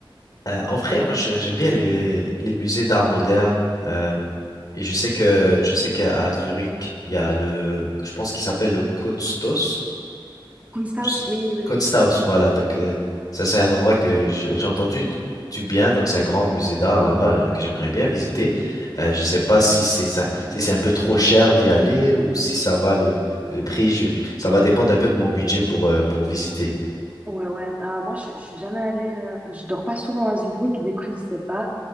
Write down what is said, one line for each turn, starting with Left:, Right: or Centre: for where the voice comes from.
Left: Euh, en vrai, moi, je- j'aime bien les, les musées d'art moderne. Euh, et je sais que, je sais qu'à à Zurich, il y a le, je pense qu'il s'appelle le Kunsthaus.
Right: Kunsthaus,
Left: Je
Right: oui, oui, oui.
Left: Kunsthaus, voilà. Donc,
Right: Ouais,
Left: euh, ça, c'est un endroit que je- j'ai entendu d- du bien. Donc, c'est un grand musée d'art là-bas euh, que j'aimerais bien visiter. Euh, je sais pas si c'est ça, si c'est un peu trop cher d'y aller ou si ça va le, le prix. je- ça va dépendre un peu de mon budget pour, euh, pour visiter.
Right: ouais. ouais. Alors, moi, je, je suis jamais allée. euh, Enfin, je dors pas souvent à Zurich, <laughs> du coup, je sais pas.